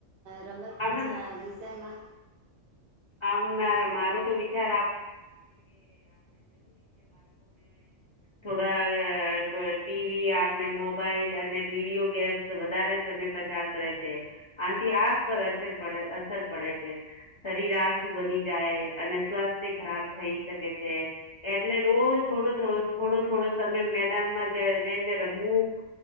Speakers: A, on the right; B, on the left.
A: રમત
B: આપણે
A: વિછા વિષયમાં
B: આમ મારો તો વિચાર થોડા ટીવી આપણે મોબાઈલ અને વિડીયો ગેમ્સ વધારે ને પચાર કરે છે આથી આખ પર પડે અસર પડે છે. શરીર શું બની જાય અને સ્વાસ્થ્ય ખરાબ થઈ શકે છે. એટલે રોજ થોડો થોડો-થોડો સમય મેદાનમાં જઈને રમવું.